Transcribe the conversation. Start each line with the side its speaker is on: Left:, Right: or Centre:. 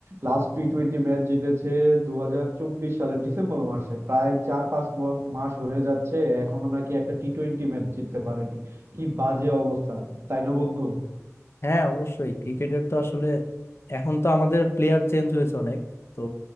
Right: লাস্ট টি টোয়েন্টি ম্যাচ জিতেছে দু হাজার চব্বিশ সালের ডিসেম্বর মাসে প্রায় চার পাঁচ ব- মাস হয়ে যাচ্ছে এখনো নাকি একটা টি টোয়েন্টি ম্যাচ জিততে পারেনি কি বাজে অবস্থা তাই না বন্ধু
Left: হ্যাঁ অবশ্যই ক্রিকেটের তো আসলে এখন তো আমাদের প্লেয়ার চেঞ্জ হয়েছে অনেক তো